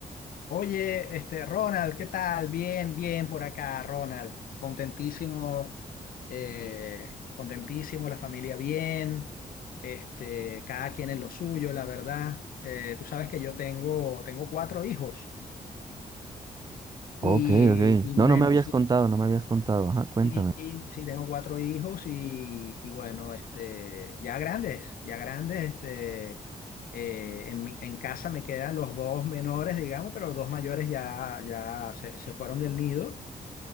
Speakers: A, on the left; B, on the right.
A: Oye, este, Ronald, ¿qué tal? Bien, bien por acá, Ronald. Contentísimo, eh, contentísimo, la familia bien, este, cada quien en lo suyo, la verdad. Eh, tú sabes que yo tengo, tengo cuatro hijos
B: Ok,
A: y,
B: ok.
A: y
B: No,
A: bueno,
B: no me habías
A: sí.
B: contado, no me habías contado. Ajá, cuéntame.
A: Y, y sí, tengo cuatro hijos y, y bueno, este, ya grandes, ya grandes, este, eh, en, mi- en casa me quedan los dos menores, digamos, pero los dos mayores ya, ya se, se fueron del nido